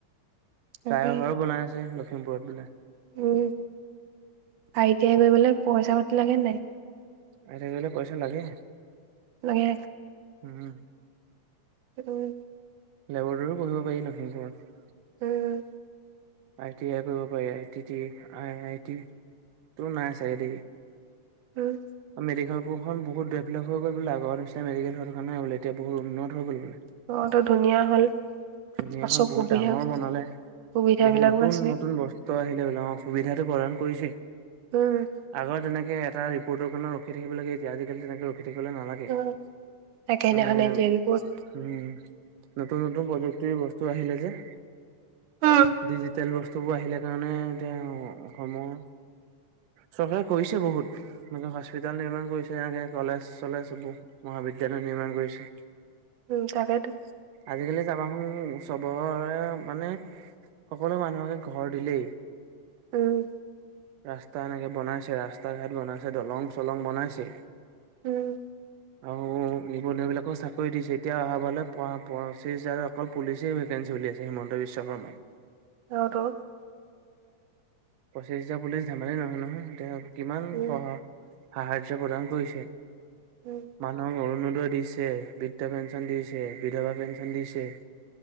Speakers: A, on the right; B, on the right.
A: তাকে
B: তাইৰভাৰো বনাই আছে লখিমপুৰত বোলে।
A: উমঁ, আই টি আই কৰিবলৈ পইচা পাতি লাগে নাই।
B: আজি কালি পইচা লাগে।
A: লাগে।
B: উম।
A: উম।
B: লেবৰেটৰীও পঢ়িব পাৰি লখিমপুৰত।
A: উম।
B: আই টি আই কৰিব পাৰি। I T T I I T তো নাই চাগে।
A: উম।
B: মেডিকেলবোৰখন বহুত ডেভলপ হৈ গ' বোলে, আগৰ নিচিনা মেডিকেল হৈ থকা নাই বোলে এতিয়া বহুত উন্নত হৈ গ'ল বোলে।
A: ঘৰতো ধুনীয়া হ'ল
B: ধুনীয়া
A: আৰু
B: হ'ল
A: চব
B: বহুত
A: সুবিধা
B: ডাঙৰ বনালে।
A: সুবিধা
B: বহুত
A: বিলাকো
B: নতুন
A: আছে
B: নতুন বস্তু আহিলে বোলে অঁ সুবিধাটো প্ৰদান কৰিছে।
A: উম।
B: আগৰ তেনেকে এটা ৰিপৰ্ট কাৰণে ৰখি থাকিব লাগে আজিকালি তেনেকে- ৰখিবলৈ নালাগে।
A: উম। তাকে সেইদিনাখনে
B: মানে- উমঁ,
A: জীয়েৰী ক'ত
B: নতুন নতুন প্ৰযুক্তিৰ বস্তু আহিলে যে।
A: উম
B: ডিজিটেল বস্তুবোৰ আহিলে কাৰণে এতিয়া অসমৰ চৰকাৰে কৰিছে বহুত। এনেকে হস্পিতেল নিৰ্মাণ কৰিছে এনেকে কলেজ চলেজ সেইবোৰ মহাবিদ্যালয় নিৰ্মাণ কৰিছে। <inaudible>
A: উমঁ তাকেইটো।
B: আজিকালি চাবাচোন চবৰে মানে- সকলো মানুহকে ঘৰ দিলেই।
A: উমঁ।
B: ৰাস্তা এনেকে বনাইছে ৰাস্তা ঘাট বনাইছে, দলং চলং বনাইছে -
A: উমঁ।
B: আৰু নিবনুৱা বিলাকক চাকৰি দিছে, এতিয়া অহাবালে পঁচিশ হাজাৰ অকল পুলিচেই বেছি। ফেঞ্চ চলি আছে হিমন্ত বিশ্ব শৰ্মাই।
A: অঁ', -তো।
B: পঁচিছ হাজাৰ পুলিচ ধেমালি নহয়, নহয়, এতিয়া কিমান
A: উম
B: - সাহাৰ্য প্ৰদান কৰিছে,
A: উম
B: মানুহক অৰুণোদয় দিছে। বৃদ্ধ পেঞ্চন দিছে, বিধবা পেঞ্চন দিছে।